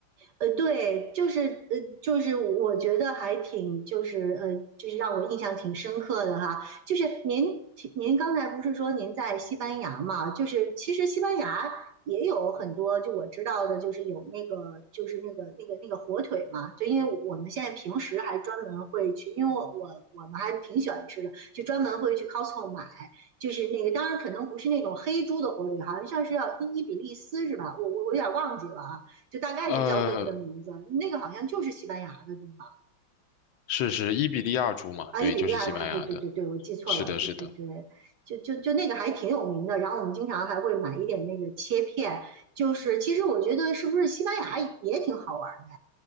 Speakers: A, on the right (about 70°); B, on the left (about 70°).
A: 呃，对，就是呃，就是我觉得还挺，就是呃，就是让我印象挺深刻的哈。就是您您刚才不是说您在西班牙嘛？就是其实西班牙也有很多，就我知道的，就是有那个就是那个那个那个火腿嘛。就因为我们现在平时还专门会去，因为我我我们还挺喜欢吃的，就专门会去 Costco 买，就是那个当然可能不是那种黑猪的火腿，好像像是要伊伊比利斯是吧？我我我有点忘记了啊。就大概是叫这么个名字。
B: 呃，
A: 那个好像就是西班牙的地方
B: 是是伊比利亚猪嘛？
A: 啊，
B: 对，
A: 伊比利亚，
B: 就是西班牙的。
A: 对对对对对，我记错了，
B: 是的，
A: 对对对，
B: 是的。
A: 就就就那个还挺有名的。然后我们经常还会买一点那个切片，就是其实我觉得是不是西班牙也挺好玩的？